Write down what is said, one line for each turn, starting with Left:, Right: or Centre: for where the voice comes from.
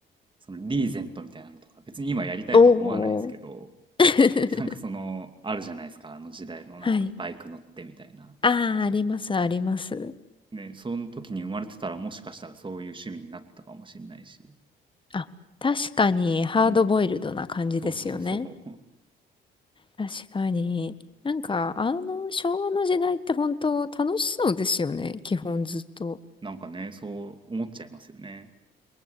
Right: そのリーゼントみたいなのとか、別に今やりたいと思わないですけど、
Left: おお。<laughs>
Right: <laughs> なんかその、あるじゃないですか、あの時代のなんかバイク乗ってみたいな。
Left: はい。ああ、あります、あります。
Right: ね、その時に生まれてたらもしかしたらそういう趣味になったかもしれないし。
Left: あ、確かにハードボイルドな感じですよね。
Right: うん。そうそうそう。
Left: 確かに。なんか、あの、昭和の時代って本当楽しそうですよね。基本ずっと。
Right: <laughs> なんかね、そう思っちゃいますよね。